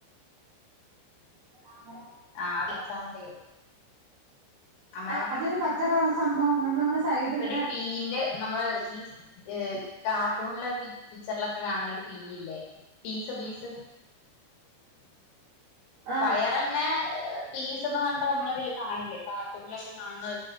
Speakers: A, on the right (about 75°); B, on the left (about 85°).
A: അമര
B: ആഹ് അലക്കാ അറിയോ അമര
A: ആഹ് അതൊരു പച്ച കളർ സംഭവം നമ്മളിങ്ങനെ സൈഡ് ഇങ്ങനെ
B: ഒരു പീന്റെ നമ്മള് ഈ ഏ കാർട്ടൂൺലെ പിച്ചർലൊ ക്കെകാണ്ണ ഒരു പീയില്ലേ പീസ പീസ്
A: ആഹ്
B: പയറന്നെ ഏ പിസ് വന്ന്ട്ട് ന്നമ്മളിതില് കാൺലെ കാർട്ടൂണിലൊക്കെ കാണഅ